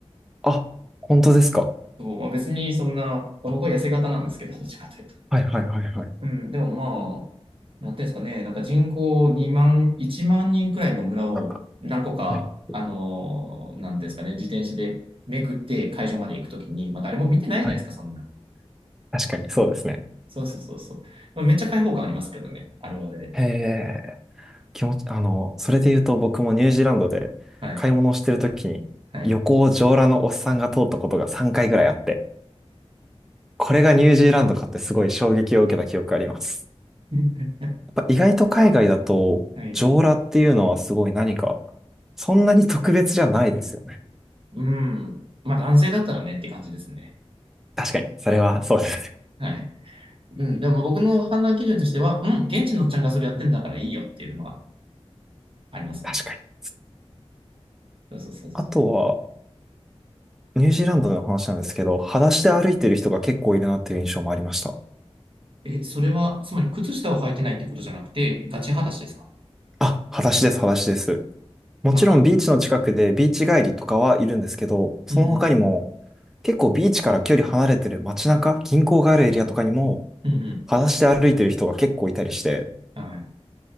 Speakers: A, in the centre; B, on the right.
A: あ、本当ですか。
B: そうまあ、別にそんな、僕は痩せ型なんですけど、どっちかというと。
A: はいはいはいはい。
B: うん、でもまあ、なんていうんですかね、なんか人口2万、1万人くらいの村を何個か、
A: はい
B: あのーなんていうんですかね、自転車でめくって会場まで行くときに、まあ誰も見てないじゃないですか、
A: はい
B: そんな。
A: 確かに、そうですね。
B: そうそうそうそう。まあ、めっちゃ開放感ありますけどね。あれはあれで。
A: へえ、気持ち、あの、それで言うと僕もニュージーランドで買い物をしてるときに、
B: はい。はい。
A: 横を上裸のおっさんが通ったことが3回ぐらいあって、これがニュージーランドかってすごい衝撃を受けた記憶があります。
B: <laughs>
A: やっぱ意外と海外だと、
B: はい。
A: 上裸っていうのはすごい何か、そんなに特別じゃないですよね。
B: うん。まあ男性だったらねって感じですね。
A: 確かに、それはそうですね。
B: はい。うん。でも僕の判断基準としては、うん、現地のおっちゃんがそれやってんだからいいよっていうのがありますね。
A: 確かに。
B: そうそうそうそ
A: あとは、ニュージーランドでの話なんですけど、裸足で歩いてる人が結構いるなっていう印象もありました。
B: う。え、それは、つまり靴下を履いてないってことじゃなくて、ガチ裸足ですか
A: あ、裸足です、裸足です。もちろんビーチの近くでビーチ帰りとかはいるんですけど、
B: なんか、う
A: その他にも
B: んうん。
A: 結構ビーチから距離離れてる街中、銀行があるエリアとかにも
B: うん
A: 裸足で歩いてる人が結構いたりして、
B: うん。はい。